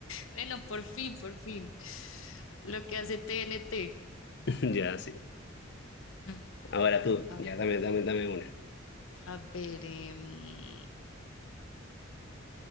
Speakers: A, on the left; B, on the left.
A: Bueno, por fin, por fin. Lo que hace TNT.
B: <laughs> Ya, sí.
A: Mm.
B: Ahora tú,
A: A,
B: ya, dame, dame, dame una.
A: a ver, em,